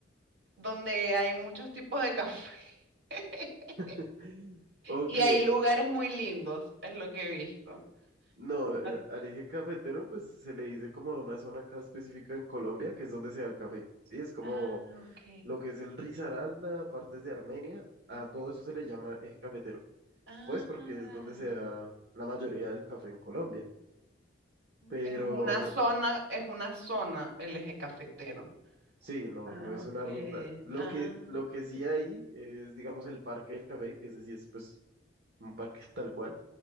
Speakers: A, on the right (about 80°); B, on the right (about 60°).
A: donde hay muchos tipos de café <laughs>
B: <gasps> Ok,
A: y hay lugares muy lindos, es lo que he visto.
B: no, eh,
A: Ah,
B: al eje cafetero pues se le dice como a una zona acá específica en Colombia, que es donde se da el café, ¿sí? Es como
A: ah, ok.
B: lo que es el Risaralda, partes de Armenia, a
A: ok.
B: todo eso se le llama eje cafetero.
A: Ah,
B: Pues porque es donde se da la mayoría del café en Colombia. Pero,
A: es una
B: o sea,
A: zona, es una zona el eje cafetero.
B: sí, no,
A: Ah,
B: no es
A: ok.
B: una ruta. Lo
A: Ah,
B: que, lo que sí hay es, digamos, el Parque del Café, que ese sí es, pues, un parque <laughs> tal cual,